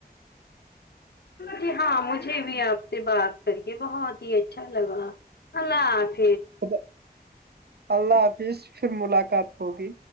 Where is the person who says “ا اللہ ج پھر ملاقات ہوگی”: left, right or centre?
Right